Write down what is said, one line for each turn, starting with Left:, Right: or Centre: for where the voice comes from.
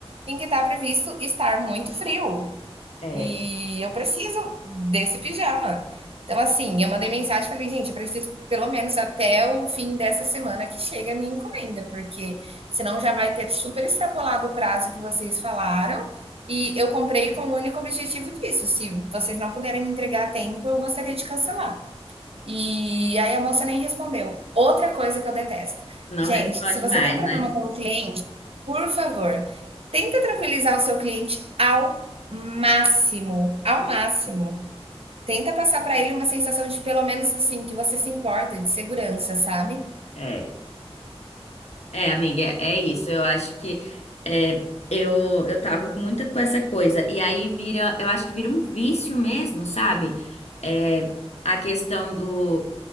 Right: em que tá previsto estar muito frio.
Left: É,
Right: E eu preciso desse pijama. Então, assim, eu mandei mensagem e falei, gente, eu preciso pelo menos até o fim dessa semana que chega a minha encomenda, porque senão já vai ter super extrapolado o prazo que vocês falaram. E eu comprei com o único objetivo disso. Se vocês não puderem me entregar a tempo, eu gostaria de cancelar. E aí a moça nem respondeu. Outra coisa que eu detesto.
Left: Não
Right: Gente,
Left: responde
Right: se você
Left: mais,
Right: tem um problema
Left: né?
Right: com o cliente, por favor, tenta tranquilizar o seu cliente ao máximo, ao máximo. Tenta passar para ele uma sensação de pelo menos assim que você se importa, de segurança, sabe?
Left: É. É, amiga, é isso. Eu acho que é, eu, eu tava muito com essa coisa. E aí vira, eu acho que vira um vício mesmo, sabe? É, a questão do